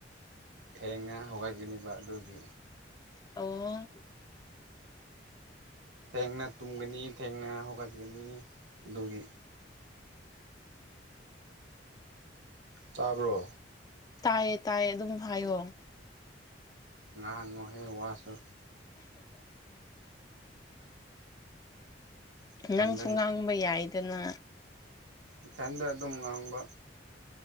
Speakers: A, on the right; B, on the left.
A: ꯐꯦꯡꯉ ꯍꯧꯒꯠꯒꯅꯤꯕ ꯑꯗꯨꯒꯤ
B: ꯑꯣ
A: ꯊꯦꯡꯅ ꯇꯨꯝꯒꯅꯤ ꯊꯦꯡꯅ ꯍꯧꯒꯠꯒꯅꯤ ꯑꯗꯨꯒꯤ ꯇꯥꯕ꯭ꯔꯣ
B: ꯇꯥꯏꯌꯦ ꯇꯥꯏꯌꯦ ꯑꯗꯨꯝ ꯍꯥꯏꯌꯣ
A: ꯉꯥꯡꯉꯣꯍꯩ ꯋꯥꯁꯨ ꯏꯊꯟꯗ
B: ꯅꯪ ꯁꯨꯝꯉꯥꯡ ꯈꯪꯕ ꯌꯥꯏꯗꯅ
A: ꯏꯊꯟꯗ ꯑꯗꯨꯝ ꯉꯥꯡꯕ